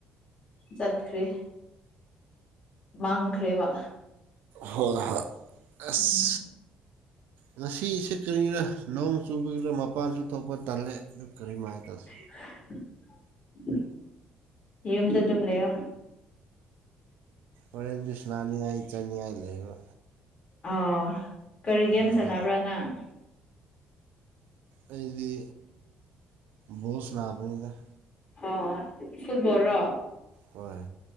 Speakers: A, on the left (about 40°); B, on the right (about 85°).
A: ꯆꯠꯈ꯭ꯔꯦ ꯃꯥꯡꯈ꯭ꯔꯦꯕ
B: ꯍꯣꯏ ꯍꯣꯏ ꯑꯁ
A: ꯎꯝ
B: ꯉꯁꯤꯁꯦ ꯀꯔꯤꯒꯤꯔꯥ ꯅꯣꯡ ꯆꯨꯕꯒꯤꯔꯥ ꯃꯄꯥꯟꯁꯨ ꯊꯣꯛꯄ ꯇꯜꯂꯦ ꯑꯗꯨ ꯀꯔꯤꯝꯥꯏ ꯇꯧꯁ
A: <unintelligible> ꯌꯨꯝꯗ ꯑꯗꯨꯝ ꯂꯩꯌꯣ
B: ꯍꯣꯔꯦꯟꯗꯤ ꯁꯅꯥꯅꯤꯡꯉꯥꯏ ꯆꯠꯅꯤꯡꯉꯥꯏ ꯂꯩꯕ
A: ꯑꯣ ꯀꯔꯤ
B: ꯑꯗꯨꯅ
A: ꯒꯦꯝ ꯁꯥꯟꯅꯕ꯭ꯔꯥ ꯅꯪ
B: ꯑꯩꯗꯤ ꯕꯣꯜ ꯁꯅꯥꯕꯦꯗ
A: ꯑꯣ ꯐꯨꯠꯕꯜ ꯔꯣ
B: ꯍꯣꯏ